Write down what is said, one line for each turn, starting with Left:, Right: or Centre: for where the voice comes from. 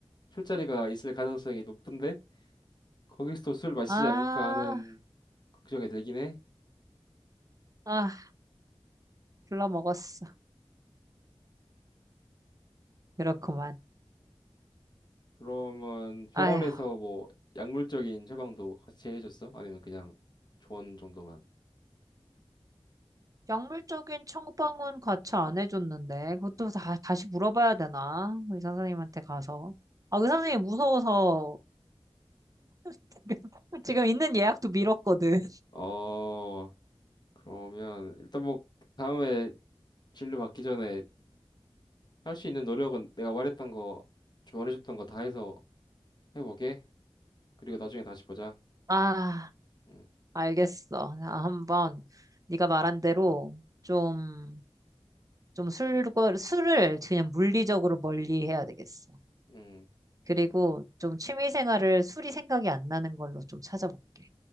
Left: 술자리가 있을 가능성이 높은데 거기서 술 마시지
Right: 아,
Left: 않을까 하는 걱정이 들긴 해.
Right: 아, 글러먹었어. 그렇구만.
Left: 그러면 병원에서
Right: 아휴.
Left: 뭐 약물적인 처방도 같이 해줬어? 아니면 그냥 조언 정도만?
Right: 약물적인 처방은 같이 안 해줬는데, 그것도 다, 다시 물어봐야 되나? 의사 선생님한테 가서. 아, 의사 선생님 무서워서 <laughs> 지금 있는 예약도 미뤘거든.
Left: 어, 그러면 일단 뭐 다음에 진료 받기 전에 할 수 있는 노력은 내가 말했던 거, 조언해줬던 거 다 해서 해보게. 그리고 나중에 다시 보자.
Right: 아,
Left: 응,
Right: 알겠어. 아, 한번 네가 말한 대로 좀, 좀 술, 술을 그냥 물리적으로 멀리 해야 되겠어.
Left: 응.
Right: 그리고 좀 취미 생활을 술이 생각이 안 나는 걸로 좀 찾아볼게.